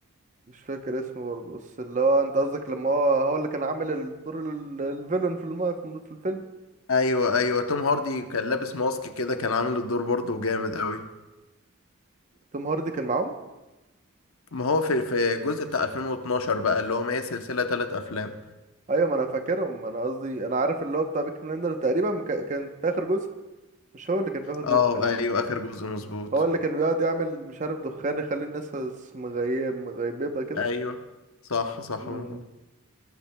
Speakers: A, on the right (about 35°); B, on the left (about 80°).
A: مش فاكر اسمه برضه بس اللي هو انت قصدك لما هو هو اللي كان عامل الدور ال- الفيلن في الم... في الفيلم
B: ايوه ايوه توم هاردي كان لابس ماسك كده كان عامل الدور برضو جامد قوي
A: توم هاردي كان معاهم
B: ما هو في في الجزء بتاع 2012 بقى اللي هو ما هي سلسلة ثلاث افلام
A: ايوه ما انا فاكرهم انا قصدي انا عارف اللي هو بتاع بيك بلندر تقريبا كا- كان في اخر جزء مش هو اللي كان في اخر
B: اه
A: جزء تقريبا
B: ايوه اخر جزء مظبوط
A: هو اللي كان بيقعد يعمل مش عارف دخان يخلي الناس هس- مغيب مغيببه كده
B: ايوه صح صح
A: مم.
B: برافو عليك.